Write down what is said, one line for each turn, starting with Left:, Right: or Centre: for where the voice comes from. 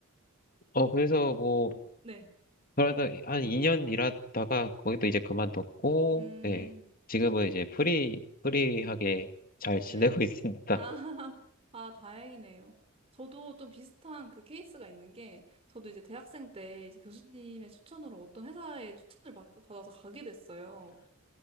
Left: 어 그래서 뭐
Right: 음, 네.
Left: 그러다한 2년 일하다가 거기도 이제 그만뒀고
Right: 음,
Left: 네 지금은 이제 프리 프리하게 잘 지내고
Right: 네.
Left: <laughs> 있습니다.
Right: 아, <laughs> 아, 다행이네요. 저도 좀 비슷한 그 케이스가 있는 게, 저도 이제 대학생 때 이제 교수님의 추천으로 어떤 회사에 추천을 받, 받아서 가게 됐어요.